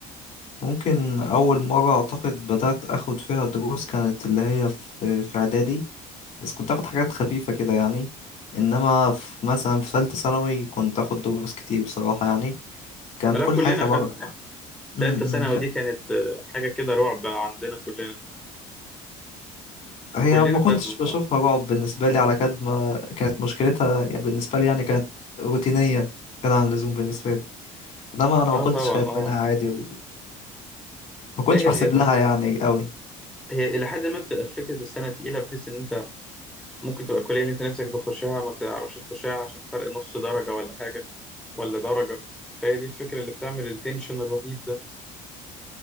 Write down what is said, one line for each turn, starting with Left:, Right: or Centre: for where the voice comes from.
Left: ممكن أول مرة أعتقد بدأت أخد فيها دروس كانت اللي هي في في إعدادي بس كنت أخد حاجات خفيفة كده يعني إنما في مثلا في ثالثة ثانوي كنت أخد دروس كتير بصراحة يعني كانت
Centre: لا
Left: كل
Centre: كلنا
Left: حياتي
Centre: خدنا
Left: عبارة
Centre: يعني
Left: م-
Centre: ثالثه ثانوي
Left: م، ك-
Centre: دي كانت آه، حاجه كده رعب بقى عندنا كلنا
Left: هي
Centre: فكلنا
Left: ما كنتش
Centre: خدنا
Left: بشوفها
Centre: اه
Left: رعب بالنسبة لي على قد ما كانت مشكلتها يعني بالنسبة لي يعني كانت روتينية كده عن اللزوم بالنسبة لي إنما أنا
Centre: اه
Left: ما كنتش
Centre: طبعا
Left: خايف
Centre: اه
Left: منها عادي وما كنتش
Centre: لا هي
Left: بحسب
Centre: هي بص
Left: لها يعني قوي
Centre: هي الى حد ما بتبقى فكره السنه تقيله بحيث ان انت ممكن تبقى الكلية اللي انت نفسك تخشها ما تعرفش تخشها عشان فرق نص درجة ولا حاجة ولا درجة فهي دي الفكرة اللي بتعمل التنشن الرهيب ده